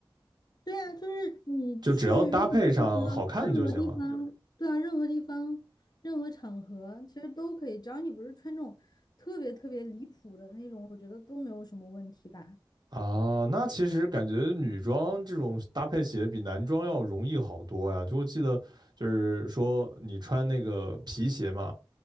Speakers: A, on the left; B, on the right.
A: 对啊，就是你去任何地方，
B: 就只要搭配上好看就行了。
A: 任何地方，对啊，任何地方，任何场合，其实都可以，只要你不是穿那种特别特别离谱的那种，我觉得都没有什么问题吧。
B: 啊，那其实感觉女装这种搭配鞋比男装要容易好多呀。就我记得，就是说你穿那个皮鞋嘛，